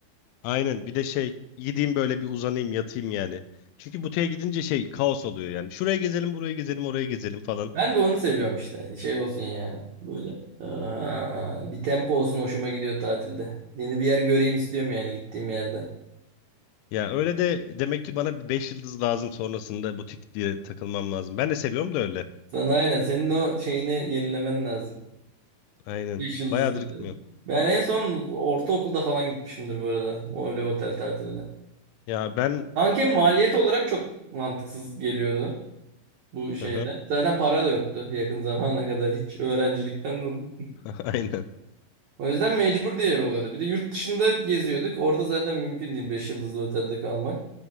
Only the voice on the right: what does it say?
Ben de onu seviyorum işte. Şey olsun yani. Böyle. Aa, bir tempo olsun hoşuma gidiyor tatilde. Yeni bir yer göreyim istiyorum yani gittiğim yerde.
Sana aynen senin o şeyini yenilemen lazım.
Beş yıldızlı
otel.
Ben en son ortaokulda falan gitmişimdir bu arada. O öyle bir otel tatiline.
Anken maliyet olarak çok mantıksız geliyordu bu şeyde.
Zaten para da yoktu yakın zamana kadar hiç öğrencilikten dolayı.
O yüzden mecbur diğer oluyordu. Bir de yurt dışında geziyorduk. Orada zaten mümkün değil 5 yıldızlı otelde kalmak.